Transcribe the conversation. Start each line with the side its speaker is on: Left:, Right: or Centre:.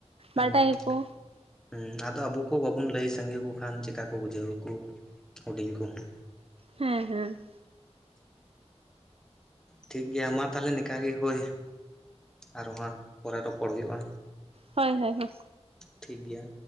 Centre: ᱦᱮᱸ
Right: ᱵᱟᱰᱟᱭᱟᱠᱚ
Centre: ᱦᱮᱸ ᱟᱫᱚ ᱟᱵᱚ ᱠᱚ ᱵᱟᱵᱩᱱ ᱞᱟᱹᱭ ᱥᱟᱸᱜᱮ ᱠᱚ ᱠᱷᱟᱱ ᱪᱮᱠᱟᱹ ᱠᱚ ᱵᱩᱡᱷᱟᱹᱣᱟᱠᱚ ᱦᱩᱰᱤᱧ ᱠᱚᱦᱚᱸ
Right: ᱦᱮᱸ ᱦᱮᱸ
Centre: ᱴᱷᱤᱠ ᱜᱮᱭᱟ ᱢᱟ ᱛᱟᱦᱚᱞᱮ ᱱᱤᱝᱠᱟ ᱜᱮ ᱦᱳᱭ᱾ ᱟᱨᱦᱚᱸ ᱦᱟᱸᱜ ᱯᱚᱨᱮ ᱨᱚᱯᱚᱲ ᱦᱩᱭᱩᱜᱼᱟ᱾
Right: ᱦᱳᱭ ᱦᱳᱭ ᱦᱳᱭ᱾
Centre: ᱴᱷᱤᱠ ᱜᱮᱭᱟ᱾